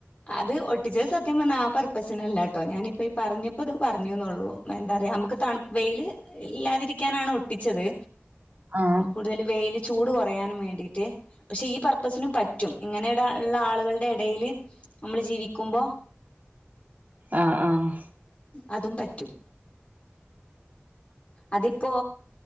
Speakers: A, on the left; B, on the right.
A: അത് ഒട്ടിച്ചത് സത്യം പറന്ന ആ പർപ്പസിനല്ലാട്ടോ ഞാനിപ്പം ഈ പറഞ്ഞപ്പോ ഇത് പറഞ്ഞുന്നുള്ളൂ അതന്താറിയോ അമ്മക്ക് തണുപ്പ് വെയില് ഇല്ലാതിരിക്കാനാണ് ഒട്ടിച്ചത്
B: ആഹ്
A: കൂടുതൽ വെല് ചൂട് കുറയാനും വേണ്ടീട്ട് പക്ഷേ ഈ പർപ്പസിനും പറ്റും ഇങ്ങനെ ത ള്ള ആളുകൾടെ എടെല് നമ്മള് ജീവിക്കുമ്പോ
B: ആ ആ
A: അതും പറ്റും അതിപ്പോ